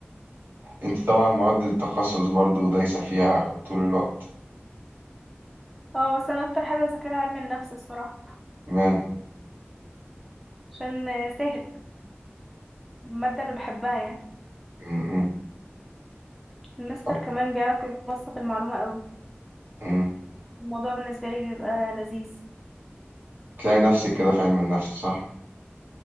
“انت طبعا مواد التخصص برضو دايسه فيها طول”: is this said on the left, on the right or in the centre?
Right